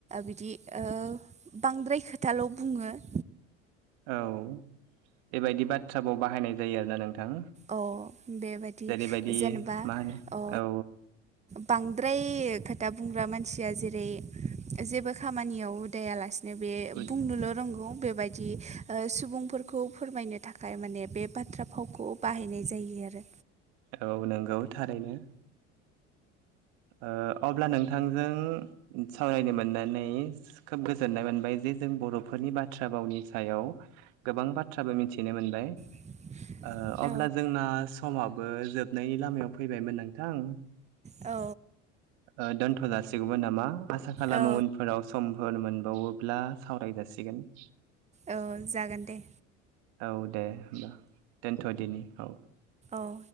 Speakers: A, on the right (about 20°); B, on the right (about 70°).
A: बिदि ओ बांद्राय खोथाल' बुङो। <inaudible>
B: औ बेबायदि बाथ्राखौ बाहायनाय जायो आरोना नोंथां?
A: अ बेबायदि
B: जेरैबायदि
A: जेनेबा
B: मा होनो
A: अ।
B: औ
A: बांद्राय खोथा बुंग्रा मानसिया जेरै जेबो खामानियाव हुदायालासेनो। बे
B: औ
A: बुंनोल' रोंगौ बेबायदि। ओ सुबुंफोरखौ फोरमायनो थाखाय माने बे बाथ्रा फावखौ बाहायनाय जायो आरो
B: औ नोंगौ थारैनो ओ अब्ला नोंथांजों सावरायनो मोननानै खोब गोजोननाय मोनबाय जे जों बर'फोरनि बाथ्रा भावनि सायाव गोबां बाथ्राबो मिथिनो मोनबाय
A: <inaudible>
B: ओ अब्ला
A: औ
B: जोंना समाबो जोबनायनि लामायाव फैबायमोन नोंथां
A: औ
B: ओ दोनथ' जासिगौमोन नामा आसा खालामो
A: औ
B: उनफोराव सम फोर मोनबावोब्ला सावराय जाासिगोन
A: औ जागोन दे
B: औ दे होनबा दोनथ'दिनि औ
A: औ